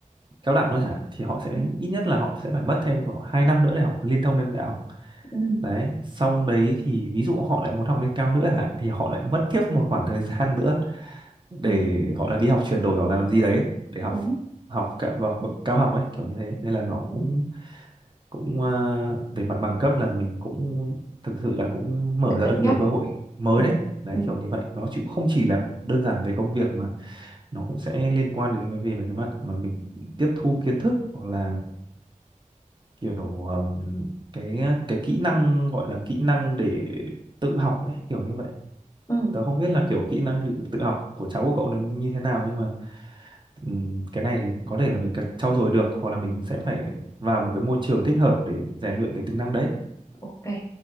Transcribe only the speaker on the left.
Ừ.
Ừ.
Ừ.
đúng
ừ.
phải
cân
nhắc
ừ.
Ừ.
Ừ.
ok